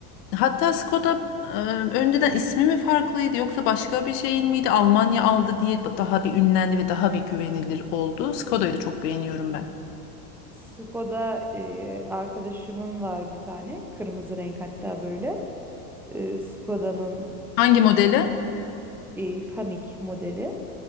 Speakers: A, on the left; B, in the centre.
A: Hatta Skoda e, önceden ismi mi farklıydı yoksa başka bir şeyin miydi? Almanya aldı diye daha bir ünlendi ve daha bir güvenilir oldu. Skoda'yı da çok beğeniyorum ben.
B: Skoda e, arkadaşımın var bir tane. Kırmızı renk hatta böyle. E, Skoda'nın
A: Hangi modeli?
B: e, Kamik modeli.